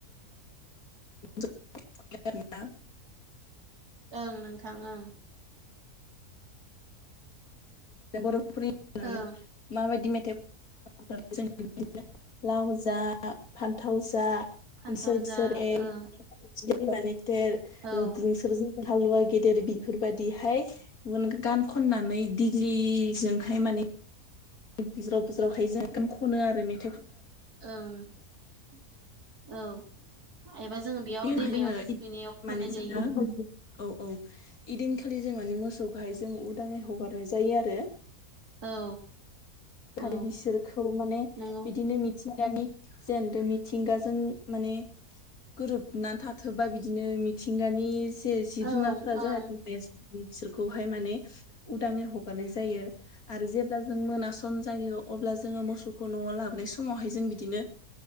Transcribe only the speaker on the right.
ओं नोंथां ओं
ओं
फान्थाव
जा
ओं
औ
ओं औ एबा जोङो बेयाव
दैमायाव थुखैनायाव
खननाय
जायो।
औ औ
नंगौ
ओं
ओं